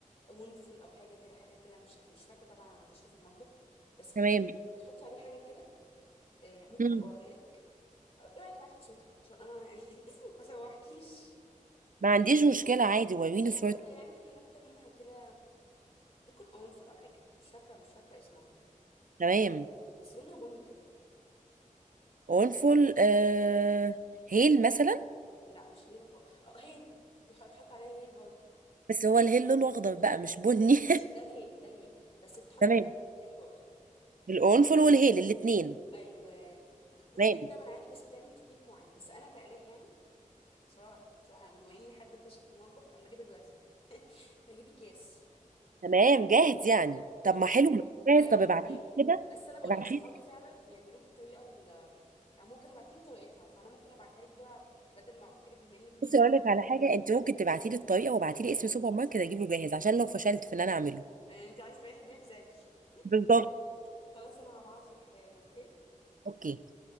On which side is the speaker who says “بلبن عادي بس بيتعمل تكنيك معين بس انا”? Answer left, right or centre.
Left